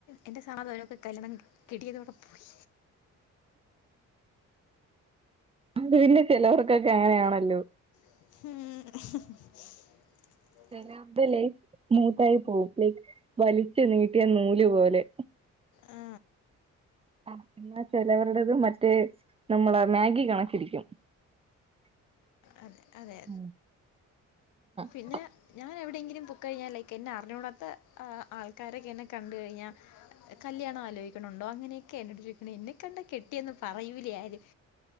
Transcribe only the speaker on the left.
എന്റെ <unintelligible> കല്യാണം കിടിയതോടെ പോയി
ഹും..
ആ,
അ അതെ അതെ
പിന്നെ ഞാൻ എവിടെയെങ്കിലും പോക്ക കഴിഞ്ഞാൽ ലൈക്ക് എന്നെ അറിഞ്ഞുകൂടാത്ത ആൾക്കാരൊക്കെ എന്നെ കണ്ട് കഴിഞ്ഞാൽ കല്യാണം ആലോചിക്കണണ്ടോ അങ്ങനെയൊക്കെ എന്നോടു ചോയ്ക്ണെ എന്നെ കണ്ട കെട്ടിയന്ന് പറയൂലേ ആരും